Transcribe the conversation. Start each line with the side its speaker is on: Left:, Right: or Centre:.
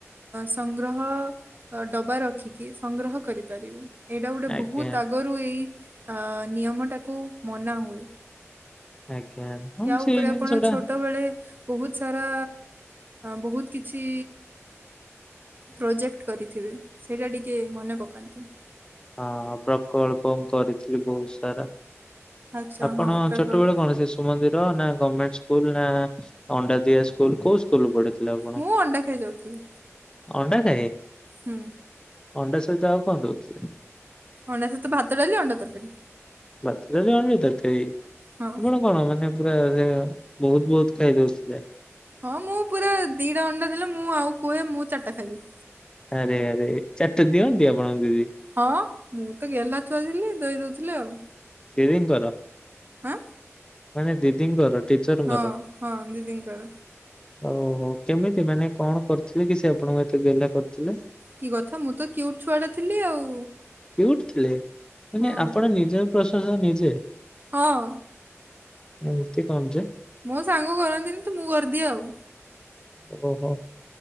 Right: ସଂଗ୍ରହ ଅ ଡବା ରଖିକି ସଂଗ୍ରହ କରିପାରିବେ। ଏଇଟା ଗୋଟେ
Left: ଆଜ୍ଞା
Right: ବହୁତ ଆଗରୁ ଏଇ ଅ ନିୟମ ଟାକୁ ମନା ହୁଏ।
Left: ଆଜ୍ଞା। ହଁ
Right: ୟା
Left: ସେଇ
Right: ଉପରେ
Left: ଜିନିଷ
Right: ଆପଣ
Left: ଟା
Right: ଛୋଟବେଳେ ବୋହୁତ ସାରା ବୋହୁତ କିଛି ପ୍ରୋଜେକ୍ଟ କରିଥିବେ ସେଇଟା ଟିକେ ମନେ ପକାନ୍ତୁ।
Left: ହଁ ପ୍ରକଳ୍ପ ମୁଁ କରିଥିଲି ବହୁତ ସାରା।
Right: ଆଚ୍ଛା
Left: ଆପଣ
Right: ହଁ ପ୍ରକଳ୍ପ
Left: ଛୋଟବେଳ କଣ ଶିଶୁ ମନ୍ଦିର ନା ଗମେଣ୍ଟ ସ୍କୁଲ ନା ଅଣ୍ଡା ଦିଆ ସ୍କୁଲ କଉ? ସ୍କୁଲ ପଢଥିଲେ ଆପଣ
Right: ମୁଁ ଅଣ୍ଡା ଖାଇ ଯାଉଥିଲି
Left: ଅଣ୍ଡା ଖାଇ।
Right: ହୁଁ
Left: ଅଣ୍ଡା ସହିତ ଆଉ କଣ ଦୋଉଥିଲେ?
Right: ଅଣ୍ଡା ସହିତ ଭାତ, ଡାଲି, ଅଣ୍ଡା ତରକାରୀ।
Left: ଭାତ, ଡାଲି, ଅଣ୍ଡା ତରକାରୀ
Right: ହଁ
Left: ଆପଣ କଣ ମାନେ ପୁରା ସେ ବୋହୁତ ବୋହୁତ ଖାଇଦୋଉଥିଲେ।
Right: ହଁ ମୁଁ ପୁରା ଦିଟା ଅଣ୍ଡା ଦେଲେ ମୁଁ ଆଉ କୁହେ ମୁଁ ଚାରିଟା ଖାଇବି।
Left: ଆରେ ଆରେ ଚାରିଟା ଦିଅନ୍ତି ଆପଣଙ୍କ ଦିଦି?
Right: ହଁ ମୁଁ ତ ଗେଲ୍ହା ଛୁଆ ଥିଲି ଦେଇଦୋଉଥିଲେ ଆଉ।
Left: ଦିଦିଙ୍କର?
Right: ଆଁ
Left: ମାନେ ଦିଦିଙ୍କର ଟିଚରଙ୍କର।
Right: ହଁ ହଁ ଦିଦିଙ୍କର
Left: ଓହୋ କେମିତି, ମାନେ କଣ କରିଥିଲେ କି ସେ ଆପଣଙ୍କ ଏଟି ଗେହ୍ଲା କରିଥିଲେ?
Right: କି କଥା, ମୁଁ ତ କିଉଟ୍ ଛୁଆଟା ଥିଲି ଆଉ।
Left: କିୟୁଟ ଥିଲେ ମାନେ
Right: ହଁ
Left: ଆପଣ ନିଜ ପ୍ରଶଂସା ନିଜେ
Right: ହଁ।
Left: ଏମିତି କଣ ଯେ।
Right: ମୋ ସାଙ୍ଗ କରନ୍ତିନି ତ ମୁଁ କରିଦିଏ ଆଉ।
Left: ଓହୋ